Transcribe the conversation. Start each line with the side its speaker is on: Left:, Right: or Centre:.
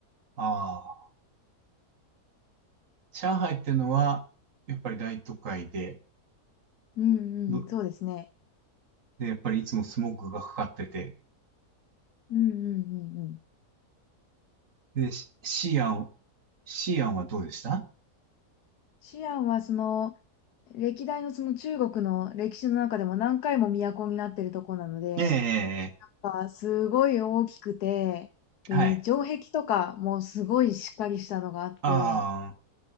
Right: ああ、上海ってのは、やっぱり大都会で、
Left: うんうん、
Right: ど、
Left: そうですね。
Right: で、やっぱりいつもスモークがかかってて。
Left: うんうんうんうん。
Right: で、シシアン、シアンはどうでした
Left: シアンはその、歴代のその中国の歴史の中でも何回も都になってるとこなので、
Right: ええ、
Left: やっぱすごい大きくて、で、
Right: はい。
Left: 城壁とかもすごいしっかりしたのがあって、
Right: あ